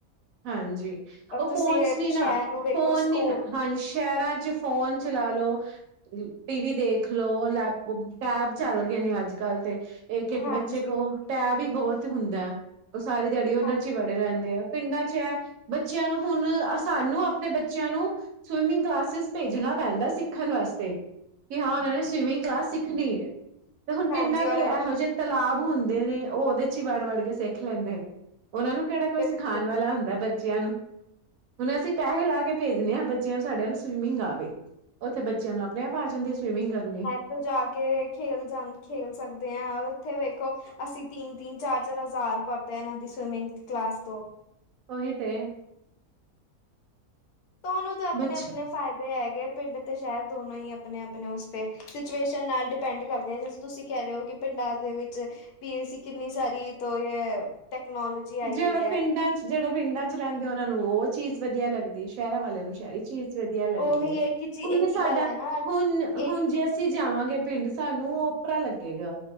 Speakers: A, on the right (about 70°); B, on the left (about 80°).
A: ਹਾਂਜੀ
B: ਔਰ
A: ਉਹ
B: ਤੁਸੀਂ
A: ਫੋਨਸ ਨੀ ਨਾ
B: ਸ਼ਹਿਰ ਨੂੰ ਵੇਖੋ
A: ਫੋਨ
B: ਸਕੂਲ
A: ਨੀ ਨਾ ਹਾਂ। ਸ਼ਹਿਰਾਂ ਚ ਫੋਨ ਚਲਾ ਲੋ। ਟੀ ਵੀ ਦੇਖਲੋ ਲੈਪ ਟੈਬ ਚੱਲ ਗਏ ਨੇ ਅੱਜ ਕੱਲ ਤੇ। ਇੱਕ ਇੱਕ
B: ਹਾਂਜੀ
A: ਬੱਚੇ ਕੋਲ ਟੈ ਵੀ ਬਹੁ, ਤ ਹੁੰਦਾ ਉਹ ਸਾਰੀ ਡੈਡੀ ਉਹਨਾਂ
B: ਹਾਂਜੀ
A: ਚ ਹੀ ਵੜੇ ਰਹਿੰਦੇ ਆ। ਪਿੰਡਾਂ ਚ ਹੈ ਬੱਚਿਆਂ ਨੂੰ ਹੁਣ ਸਾਨੂੰ ਆਪਣੇ ਬੱਚਿਆਂ ਨੂੰ। ਸਵਿਮਿੰਗ ਕਲਾਸਿਸ ਭੇਜਣਾ ਪੈਂਦਾ ਸਿੱਖਣ ਵਾਸਤੇ। ਕਿ ਹਾਂ ਉਹਨਾਂ ਨੇ ਸਵੀਮਿੰਗ ਕਲਾਸ ਸਿੱਖਣੀ ਹੈ। ਤੇ ਹੁਣ ਪਿੰਡਾਂ
B: ਹਾਂਜੀ
A: ਦੇ
B: ਔਰ
A: ਇਹੋ ਜਿਹੇ ਤ, ਲਾਬ ਹੁੰਦੇ ਨੇ ਉਹ ਉਹਦੇ ਚ ਹੀ ਵੜ ਵੜ ਕੇ ਸਿੱਖ ਲੈਂਦੇ ਨੇ। ਓਨ੍ਹਾਂ ਨੂੰ ਕੇੜਾ ਕੋਈ
B: ਬਿਲਕੁਲ
A: ਸਿਖਾਣ ਵਾਲਾ ਹੁੰਦਾ ਬੱਚਿਆਂ ਨੂੰ ਹੁਨ ਅਸੀਂ ਪੈਹੇ ਲਾ ਕੇ ਭੇਜਨੇ ਹਾਂ, ਬੱਚਿਆਂ ਨ ਸਾਡੇਆਂ ਨੂੰ ਸਵੀਮਿੰਗ ਆਵੇ ਉੱਥੇ ਬਚ ਬੱਚਿਆਂ ਨੂੰ ਆਪਣੇ ਆਪ ਆ ਜਾਂਦੀ ਏ ਸਵੀਮਿੰਗ ਕਰਨੀ?
B: ਓਥੇ ਜਾ ਕੇ ਖੇਲ ਜਾਂ ਖੇਲ ਸਕਦੇ ਹਾਂ ਔਰ ਓਥੇ ਵੇਖੋ ਅਸੀਂ ਤਿੰਨ ਤਿੰਨ ਚਾਰ ਚਾਰ ਹਜ਼ਾਰ ਭਰਦੇ ਹਾਂ ਏਹਨਾਂ ਦੀ ਸਵਿਮਿੰਗ ਕਲਾਸ ਤੋਂ
A: ਓਹੀ ਤੇ।
B: ਓਹਨੂੰ ਤੇ ਆਪਨੇ
A: ਬੱਚੇ
B: ਆਪਨੇ ਫਾਇਦੇ ਹੈਗੇ ਪਿੰਡ ਤੇ ਸ਼ਹਿਰ ਦੋਨੋ ਹੀ ਆਪਨੇ ਆਪਨੇ ਓਸ ਪੇ ਸਿਚੁਏਸ਼ਨ ਨਾਲ ਡਿਪੈਂਡ ਕਰਦੇ ਆ ਤੁਸੀਂ ਕੈ ਰਹੇ ਹੋ ਕਿ ਪਿੰਡਾਂ ਦੇ ਵਿੱਚ ਵੀ ਅਸੀਂ ਕਿੰਨੀ ਸਾਰੀ ਤੋਂ ਏਹ ਟੈਕਨੋਲੋਜੀ ਆਈ
A: ਜੇਹੜਾ
B: ਹੋਈ ਹੈ
A: ਪਿੰਡਾਂ 'ਚ ਜਿਹੜਾ ਪਿੰਡਾਂ 'ਚ ਰਹਿੰਦੇ ਆ ਓਨਾਂ ਨੂੰ ਉਹ ਚੀਜ਼ ਵਧੀਆ ਲੱਗਦੀ ਸ਼ੈਰਾਂ ਵਾਲਿਆਂ ਨੂੰ ਸ਼ੈ ਸ਼ੈਰੀ ਚੀਜ ਵਦੀਆ ਲੱਗਦੀ
B: ਉਹੀ
A: ਐ।
B: ਇੱਕ ਹੀ ਚੀ
A: ਹੁਨ
B: ਇੱਕ
A: ਸਾਡਾ
B: ਹੀ ਗੱਲ ਹੈ ਨਾ
A: ਹੁਨ ਹੁਨ
B: ਇੱਕ
A: ਜੇ ਅਸ ਅਸੀਂ ਜਾਵਾਂਗੇ ਪਿੰਡ, ਸਾਨੂੰ ਓਪਰਾ ਲੱਗੇਗਾ